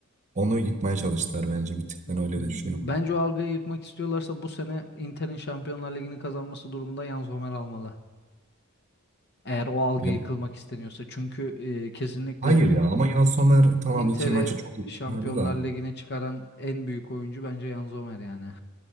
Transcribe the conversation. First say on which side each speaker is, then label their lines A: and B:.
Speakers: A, on the right; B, on the left.
A: onu yıkmaya çalıştılar bence bir tık ben öyle
B: Bence
A: de düşünüyorum.
B: o algıyı yıkmak istiyorlarsa bu sene Inter'in Şampiyonlar Ligi'ni kazanması durumunda Jan Sommer almalı. Eğer o algı
A: Ya,
B: yıkılmak isteniyorsa. Çünkü e, kesinlikle
A: hayır ya ama Yan Somer tamam
B: Inter'e
A: iki maçı çok iyi
B: Şampiyonlar
A: çıkardı da
B: Ligi'ne çıkaran en büyük oyuncu bence Jan Sommer yani.